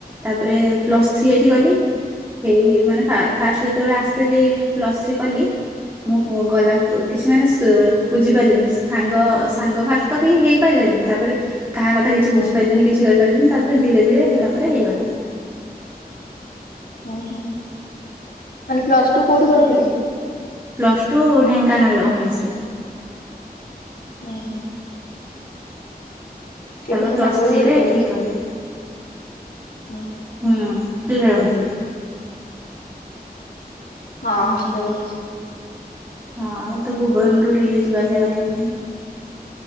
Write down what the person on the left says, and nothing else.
ହଁ
ଉଁ ହୁଁ। ମାନେ ପ୍ଲସ୍ ଟୁ କୋଉଠି କରିଥିଲେ?
ଉଁ ହୁଁ।
ଏଠି ମୋ
ସାଙ୍ଗ ବି
ଗୋଟେ ପଢୁଛି।
ହୁଁ।
ହଁ ହଷ୍ଟେଲରେ ରହୁଚି।